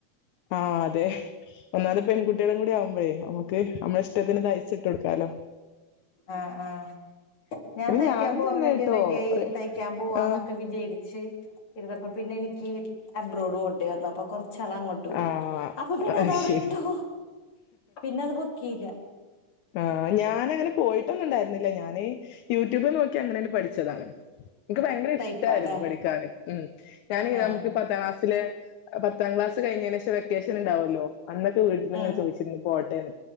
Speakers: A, on the left (about 70°); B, on the left (about 40°).
A: ആഹ് അതെ ഒന്നാമത് പെൺകുട്ടി കുട്ടിയേളും കൂടി ആവുമ്പഴേ നമുക്ക് നമ്മള ഇഷ്ട്ടത്തിന് തയ്ച്ചിട്ട് കൊടുക്കാലോ
B: ആഹ ആഹ് ഞാൻ
A: പിന്നെ
B: തയ്ക്കാൻ
A: ഞാനും
B: പോവാൻ
A: തന്നെ
B: വേണ്ടി
A: ട്ടോ
B: റെഡ്യായി
A: റെ
B: തയ്ക്കാൻ പോവാന്നൊക്കെ
A: ആഹ്
B: വിജാര് ച്ച് ഇര്ന്നപ്പൊ പിന്നെനിക്ക് അബ്റോഡ് പോണ്ടി വന്നു അപ്പൊ കുറച്ചാൾ അങ്ങോ ട്ട് പോയി
A: ആഹ്
B: അപ്പൊ പിന്നെ
A: അത്
B: അതവിടെ
A: ശരി
B: ഇട്ടു പിന്നെ അത് പൊക്കീല
A: ആഹ് ഞാനങ്ങനെ പോയിട്ടൊന്നുണ്ടായിരുന്നില്ല ഞാന് ഹ് യൂട്യൂബിൽ നോക്കി അങ്ങനാണ്പഠിച് ച്ചതാണ് ഇൻക്ക് ഭയങ്കര
B: തയ്പ്പാല്ലേ
A: ഇഷ്ട്ടായിരുന്നു പഠിക്കാൻ ഉം ഞാന്
B: ആഹ്
A: നമുക്ക്. പത്താം ക്ലാസ്സില് പത്താം ക്ലാസ് കഴിഞ്ഞെന് ശേഷം വെക്കേഷൻ ഇണ്ടാവല്ലോ. അന്നൊക്കെ വീട്ട്ന്ന്ങ്ങെനെ
B: ഉം
A: ചോയ്ച്ചിരുന്നു പോട്ടേന്ന്